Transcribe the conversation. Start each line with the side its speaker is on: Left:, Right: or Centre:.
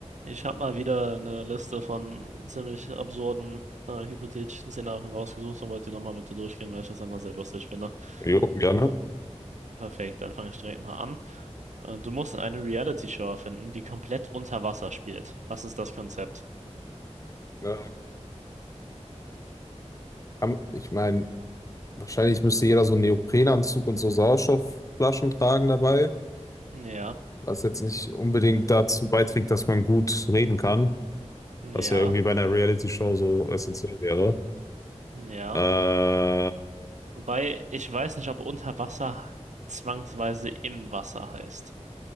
Right: Ich habe mal wieder eine Liste von ziemlich absurden, äh, hypothetischen Szenarien rausgesucht und wollte die nochmal mit dir durchgehen, weil ich das einfach sehr lustig finde.
Left: Jo, gerne.
Right: Ja, perfekt, dann fange ich direkt mal an. Äh, du musst eine Reality-Show erfinden, die komplett unter Wasser spielt. Was ist das Konzept?
Left: Ja. Am- Ich meine, wahrscheinlich müsste jeder so einen Neoprenanzug und so Sauerstoffflaschen tragen dabei,
Right: Ja,
Left: was jetzt nicht unbedingt dazu beiträgt, dass man gut reden kann,
Right: ja,
Left: was ja irgendwie bei einer Reality-Show so essentiell wäre.
Right: ja.
Left: Äh,
Right: Wobei ich weiß nicht, ob unter Wasser zwangsweise im Wasser heißt.